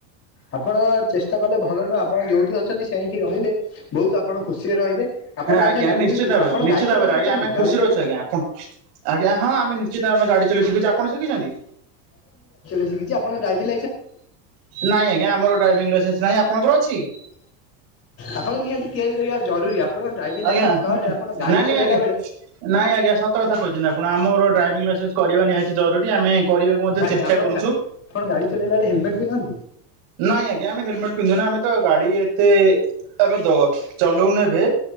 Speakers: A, on the left; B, on the right.
A: ଆପଣ ଚେଷ୍ଟା କଲେ ଭଲ ନୁହେଁ ଆପଣ ଯୋଉଠି ଅଛନ୍ତି ସେଇଠି ରହିଲେ ବହୁତ ଆପଣ ଖୁସିରେ ରହିବେ ଆପଣ ଜାଣିଛନ୍ତି
B: ଆଜ୍ଞା
A: ଯଦି
B: ନିଶ୍ଚିତ ଭାବରେ
A: ଆପଣ
B: ନିଶ୍ଚିତ
A: ଗାଡି
B: ଭାବରେ
A: ଚଲେଇ ଶିଖିଛନ୍ତି
B: ଆଜ୍ଞା ଆମେ ଖୁସିରେ
A: ଗାଡି
B: ଆଜ୍ଞା ଆଜ୍ଞା ହଁ ଆମେ ନିଶ୍ଚିତ ଆମେ ଗାଡି ଚଲେଇ ଶିଖିଛୁ ଆପଣ ଶିଖିଛନ୍ତି?
A: କିଛି ଆପଣ ଡ୍ରାଇଭିଙ୍ଗ୍
B: ନାଇଁ ଆଜ୍ଞା ଆମର ଡ୍ରାଇଭିଂ ଲାଇସେନ୍ସ ନାହିଁ ଆପଣଙ୍କର ଅଛି?
A: ଆପଣ ନିହାତି ତିଆରି କରିବା ଜରୁରୀ ଆପଣଙ୍କ ଡ୍ରାଇଭିଂ
B: ଆଜ୍ଞା
A: ଲାଇସେନ୍ସ ନହେଲେ ଆପଣ ଗାଡି
B: ନାଇଁ ନାଇଁ
A: ଚଲେଇଲା
B: ଆଜ୍ଞା।
A: ବେଳେ
B: ନାଇଁ ଆଜ୍ଞା ସତକଥା କହିଛନ୍ତି ଆପଣ ଆମର ଡ୍ରାଇଭିଂ ଲାଇସେନ୍ସ କରିବା ନିହାତି ଜରୁରୀ ଆମେ କରିବାକୁ ମଧ୍ୟ
A: ଆଜ୍ଞା
B: ଚେଷ୍ଟା
A: ଆପଣ
B: କରୁଛୁ।
A: ଗା ଆପଣ ଗାଡି ଚଲେଇଲା ବେଳେ ହେଲମେଟ ପିନ୍ଧନ୍ତି?
B: ନାଇଁ ଆଜ୍ଞା ଆମେ ହେଲମେଟ ପିନ୍ଧୁ ଆମେ ତ ଗାଡି ତେ ଆମେ ଚଲଉନୁ ଏବେ।